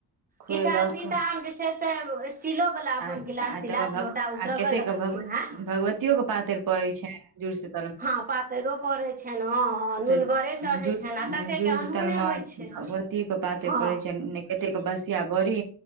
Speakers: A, on the right; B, on the right.
A: खुएलक
B: किछु आदमी तऽ आम जे छै‌ से तऽ स्टीलो वाला अपन
A: आय त
B: गिलास
A: आय
B: तिलास
A: तकर बाद भ
B: लोटा उसरगऽ
A: आ कतेक
B: लगलखिन
A: के भ
B: हेँ
A: भगवतियो के पातरि पड़ैत छनि जूड़-शीतल
B: हँ पातैरियो पढ़ैत छनि, हँ हँ नुनगरे
A: तऽ जुड़
B: चढ़ैत छनि, आ कतेकके
A: जुड़ शीतल
B: अनूने
A: मे
B: होइत छै।
A: भगवती के पातेर
B: हँ
A: पड़ै छै नीक एतेक बसिया बड़ी